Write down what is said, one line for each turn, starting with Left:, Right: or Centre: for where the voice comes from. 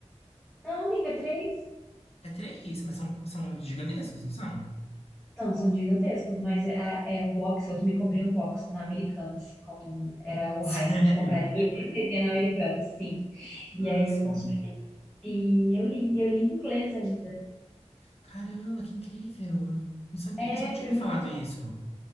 Centre: Não, amiga, três.
Left: É três, mas são, são gigantescos, não são?
Centre: São, são gigantescos, mas é, é o box, eu também comprei um box na Americanas, quando era o
Left: <laughs>
Centre: hype
Left: Sério?
Centre: de comprar livro e CD na Americanas, sim.
Left: Que massa.
Centre: E aí eu comprei e eu li, e eu li em inglês ainda.
Left: Caramba, que incrível. Não, não sabia,
Centre: É,
Left: você não tinha
Centre: foi
Left: me
Centre: muito
Left: falado
Centre: bom.
Left: isso.